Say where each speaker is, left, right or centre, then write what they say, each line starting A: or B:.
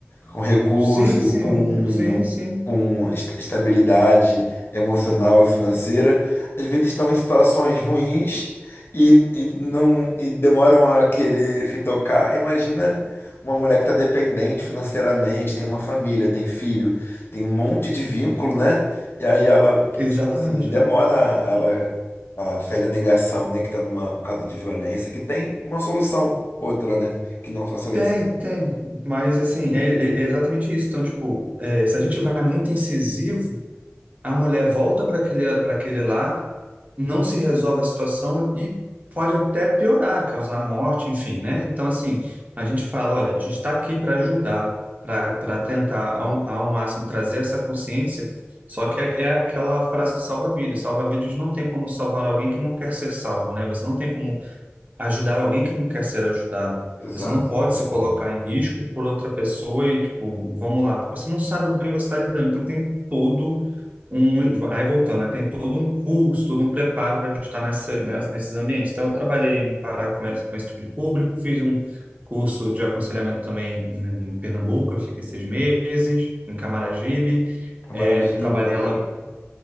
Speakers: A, on the left (about 60°); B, on the right (about 40°).
A: com recurso,
B: Sim, sim,
A: com,
B: um, sim, sim,
A: com esta- estabilidade emocional e financeira, às vezes estão em situações ruins e, e não e demoram a querer se tocar. Imagina uma mulher que está dependente financeiramente, tem uma família, tem filho, tem um monte de vínculo, né? E aí ela,
B: exatamente.
A: tipo assim, demora a- ela a sair da negação, né? Que está numa causa de violência, que tem uma solução outra, né? Que não só silêncio.
B: Tem, tem, mas assim, é, é- é exatamente isso. Então, tipo, é, se a gente vai muito incisivo, a mulher volta para aquele, para aquele lar não se resolve a situação e pode até piorar, causar morte, enfim, né? Então, assim, a gente fala, olha, a gente está aqui para ajudar, para para tentar ao, ao máximo trazer essa consciência, só que é, é aquela frase do salva-vidas, salva-vidas não tem como salvar alguém que não quer ser salvo, né? Você não tem como ajudar alguém que não quer ser ajudado.
A: Exato,
B: Você não pode
A: não tem
B: se
A: como.
B: colocar em risco por outra pessoa e, tipo, vamos lá, porque você não sabe com quem você está lidando. Então, tem todo um. Aí, voltando, né? Tem todo um curso, todo um preparo para a gente estar nessa, nessa, nesses ambientes. Então, eu trabalhei no Pará com esse, com esse tipo de público, fiz um curso de aconselhamento também em Pernambuco, eu fiquei seis meses, em Camaragibe.
A: Camaragibe,
B: É, trabalhei
A: ah,
B: em Ala-
A: legal.